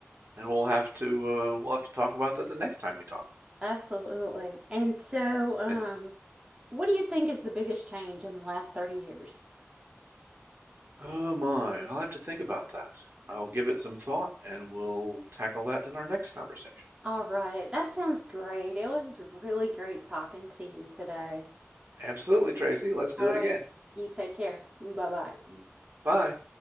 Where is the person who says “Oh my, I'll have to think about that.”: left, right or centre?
Right